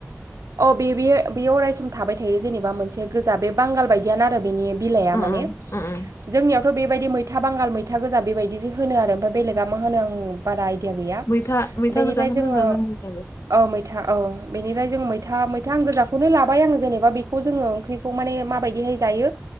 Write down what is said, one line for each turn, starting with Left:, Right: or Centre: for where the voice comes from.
Right: अ बे बे बेयो अरायसम थाबाय थायो जेनेबा मोनसे गोजा बे बांगाल बायदियानो आरो बेनि बिलाइआ
Left: उम
Right: माने
Left: उम उम उम
Right: जोंनियाव थ' बेबायदि मैथा बांगाल मैथा गोजा बेबायदिसो होनो आरो ओमफ्राय बेलेगा मा होनो आं बारा आइदिया गैया
Left: मैथा मैथा
Right: बेनिफ्राय
Left: गोजाखौनो
Right: जोङो
Left: होनो जोंनि जाबो
Right: ओ मैथा ओ बेनिफ्राय जोङो मैथा मैथा आं गोजाखौनो लाबाय आं जेनेबा बेखौ जोङो ओंख्रि खौ मानि माबायदिहाय जायो।